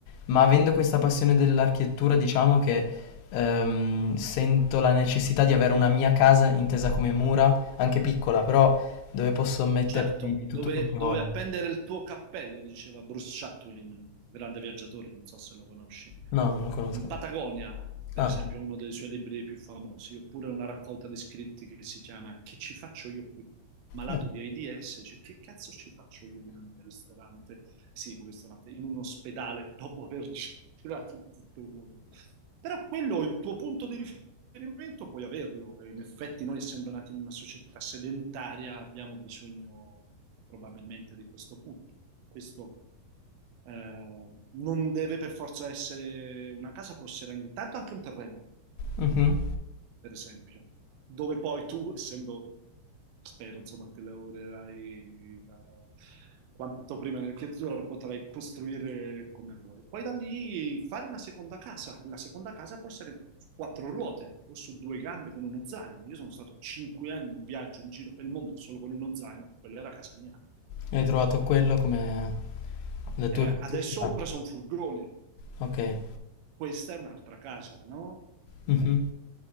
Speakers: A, on the left; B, on the right.
A: ma avendo questa passione dell'architettura, diciamo che ehm, sento la necessità di avere una mia casa intesa come mura, anche piccola, però dove posso metterci
B: Certo,
A: tutto
B: dove,
A: quello che
B: dove
A: voglio.
B: appendere il tuo cappello, diceva Bruce Chatwin, grande viaggiatore, non so se lo conosci.
A: No, non lo conosco.
B: In Patagonia, per
A: Ah,
B: esempio, è uno dei suoi libri più famosi, oppure una raccolta di scritti che si chiama Che ci faccio io qui? Malato
A: Eh,
B: di AIDS, dice, che cazzo ci faccio io in un ristorante? Sì, in un ristorante, in un ospedale, dopo aver <laughs> girato tutto il mondo. Però quello è il tuo punto di riferimento esperimento puoi averlo. E in effetti, noi essendo nati in una società sedentaria, abbiamo bisogno probabilmente di questo punto. Questo eh, non deve per forza essere una casa, può essere intanto anche un terreno
A: mhm.
B: per esempio, dove poi tu, essendo, spero, insomma, ti lavorerai alla- quanto prima nell'architettura, potrai costruire come vuoi. Poi da lì fare una seconda casa. La seconda casa può essere su quattro ruote o su due gambe con uno zaino. Io sono stato cinque anni in viaggio in giro per il mondo solo con uno zaino, quella era casa mia.
A: Hai trovato quello come le
B: Era-
A: tue funzionalità.
B: adesso ho preso un furgone,
A: Ok.
B: questa è un'altra casa, no? Eh,
A: Mhm.